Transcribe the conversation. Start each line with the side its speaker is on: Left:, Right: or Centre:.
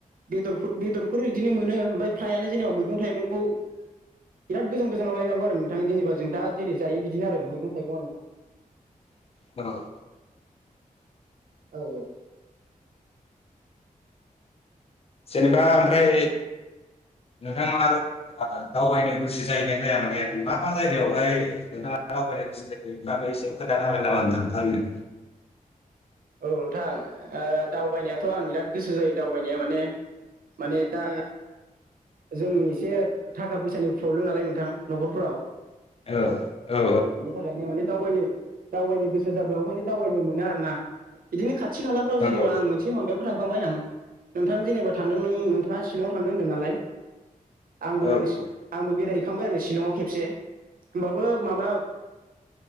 Right: बेदरफोर बेदरफोर बिदिनो मोनो ओमफ्राय फ्रायानो जेनेबा मैगं-थाइगं। खौ बिराद गोजान गोजानाव लायनांगौ आरो नोंथां जेनेबा जों दा जेरै जायो बिदिनो आरो मैगं थाइगंआ नोंथां।
Left: औ।
Right: औ औ।
Left: जेनेबा ओमफ्राय नोंथाङा आरो दावबायनो गोसो जायोना जाया माने मा मा जायगायावहाय नोंथाङा दावबायनो गोसो जायोबाबो एसे खोथानो हागोन नामा नोंथां आंनो?
Right: औ नोंथां दावबायनायाथ' आं बिराद गोसो जायो दा माने माने दा जों एसे थाखा फैसानि प्रब्लेम नालाय नोंथां न'खरफोराव।
Left: औ औ
Right: बिनि थाखायनो माने दावबायनो दावबायनो गोसो जाब्लाबो माने दावबायनो मोनो आरोना। बिदिनो खाथि खालाफ्राव जेरैबा
Left: औ
Right: आं मोनसे बेयावबो थांखांबाय आं। नोंथां जेनेबा थांदों नों नोंथाङा शिलंआव थांदों होनदों नालाय? आंबो
Left: औ
Right: सि आंबो बेराय थांबाय आरो शिलंआव खेबसे होमबाबो माबा